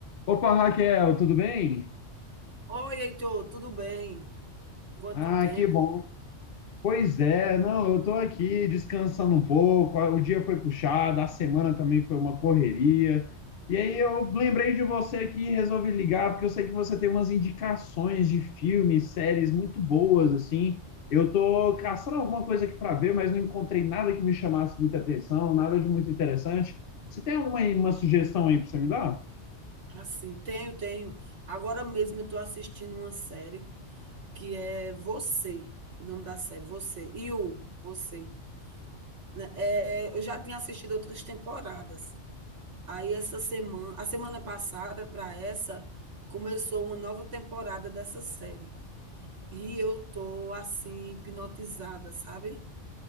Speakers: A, on the left; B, on the right.
A: Opa, Raquel, tudo bem?
B: Oi, Heitor, tudo bem? Quanto
A: Ah,
B: tempo?
A: que bom.
B: hein?
A: Pois é, não, eu tô aqui descansando um pouco. O dia foi puxado, a semana também foi uma correria. E aí eu lembrei de você aqui e resolvi ligar, porque eu sei que você tem umas indicações de filmes, séries muito boas, assim. Eu tô caçando alguma coisa aqui para ver, mas não encontrei nada que me chamasse muita atenção, nada de muito interessante. Você tem alguma uma sugestão aí para você me dar?
B: Assim, tenho, tenho. Agora mesmo eu estou assistindo uma série que é Você, o nome da série, Você, e o Você. né? É, eu já tinha assistido outras temporadas. Aí essa semana, a semana passada para essa, começou uma nova temporada dessa série. E eu tô assim hipnotizada, sabe?